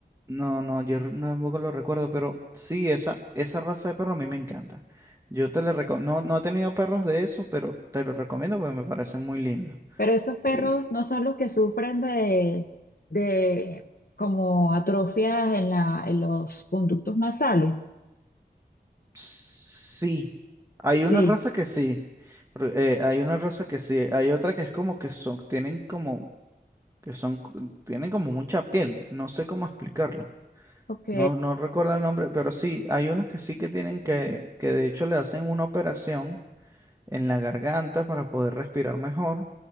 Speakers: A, on the right (about 15°); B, on the left (about 60°).
A: no, no, yo r- no, tampoco lo recuerdo, pero sí, esa, esa raza de perro a mí me encanta. Yo te le recomiendo, no, no he tenido perros de esos, pero te los recomiendo porque me parecen muy lindos.
B: Pero esos perros
A: Y
B: no son los que sufren de, de como atrofias en la, en los conductos nasales.
A: sí, hay
B: Sí,
A: una raza que sí. pero, eh, hay una raza que sí, hay otra que es como que son, tienen como, que son, co- tienen como mucha piel, no sé cómo explicarlo.
B: ok,
A: No, no recuerdo el nombre, pero sí, hay unos que sí que tienen que, que de hecho le hacen una operación en la garganta para poder respirar mejor,